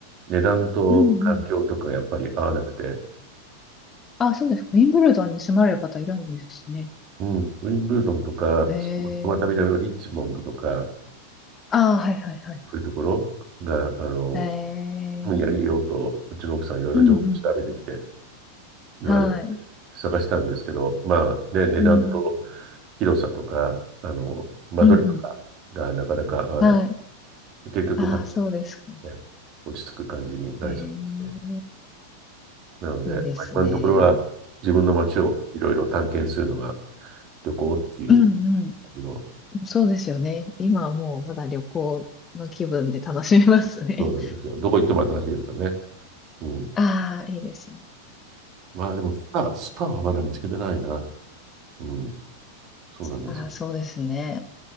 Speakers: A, on the right; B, on the left.
A: 値段と環境とかがやっぱり合わなくて、
B: うんうんあ、そうですか。ウィンブルドンに住まれる方いるんですね。
A: うん、ウィンブルドンとか、
B: ええ
A: そこまた南のリッチモンドとか、
B: ああ、はいはいはい。
A: そういうところが、あの、
B: ええ
A: 今夜いいよと、うちの奥さんいろいろ情報調べてきて、
B: うんうん
A: 言われて
B: はい。
A: 探したんですけど、まあね、値段と
B: うん
A: 広さとか、あの、間取りとかがなかなか合わなくて、
B: うんうんはい。
A: 結局パッと、
B: ああ、そうですか。
A: ね、落ち着く感じになりそうですね。
B: ええ
A: なので、
B: いいですね。
A: まあ今のところは自分の街をいろいろ探検するのが旅行っていう
B: うんう
A: 感じの、
B: んそうですよね。今はもうまだ旅行の気分で楽しめますね。
A: そうなんですよ。どこ行っても新しいですからね。うん。
B: ああ、いいですね。
A: まあでもスパ、スパはまだ見つけてないな。うん。そうなんですよ。
B: ああ、そうですね。